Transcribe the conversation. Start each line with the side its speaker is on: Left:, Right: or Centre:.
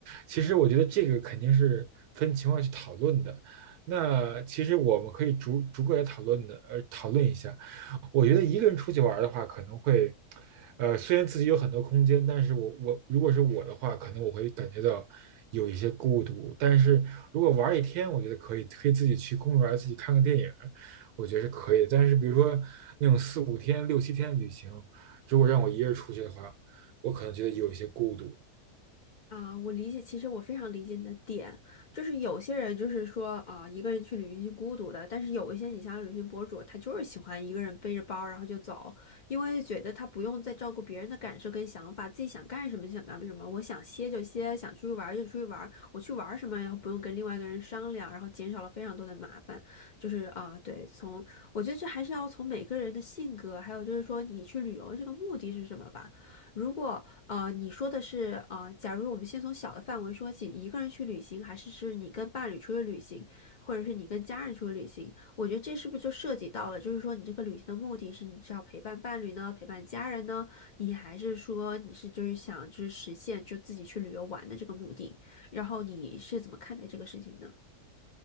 Right: 其实我觉得这个肯定是分情况去讨论的，那其实我们可以逐逐个来讨论的，呃，讨论一下。我觉得一个人出去玩的话，可能会，呃，虽然自己有很多空间，但是我我如果是我的话，可能我会感觉到有一些孤独。但是如果玩一天，我觉得可以，可以自己去公园自己看个电影，我觉得是可以的。但是比如说那种四五天、六七天的旅行，如果让我一个人出去的话，我可能觉得有一些孤独。
Left: 啊，我理解，其实我非常理解你的点，就是有些人就是说啊，一个人去旅行是孤独的，但是有一些你像旅行博主，他就是喜欢一个人背着包然后就走，因为觉得他不用再照顾别人的感受跟想法，自己想干什么就想干什么，我想歇就歇，想出去玩儿就出去玩儿我去玩儿什么，然后不用跟另外一个人商量，然后减少了非常多的麻烦，就是啊，对，从我觉得这还是要从每个人的性格，还有就是说你去旅游这个目的是什么吧。如果呃，你说的是，呃，假如我们先从小的范围说起，一个人去旅行，还是是你跟伴侣出去旅行，或者是你跟家人出去旅行？我觉得这是不是就涉及到了，就是说你这个旅行的目的是你是要陪伴伴侣呢，陪伴家人呢，你还是说你是就是想就是实现就自己去旅游玩的这个目的？然后你是怎么看待这个事情呢？